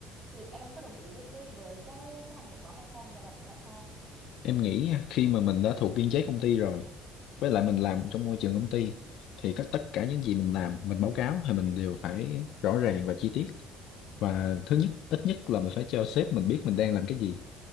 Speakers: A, on the right (about 30°); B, on the left (about 70°).
A: Thì em có đồng ý với với, với cái cái hành động đó hay không và, và tại sao?
B: em nghĩ nha, khi mà mình đã thuộc biên chế công ty rồi với lại mình làm trong môi trường công ty thì các tất cả những gì mình làm mình báo cáo thì mình đều phải rõ ràng và chi tiết và thứ nhất ít nhất là mình phải cho sếp mình biết mình đang làm cái gì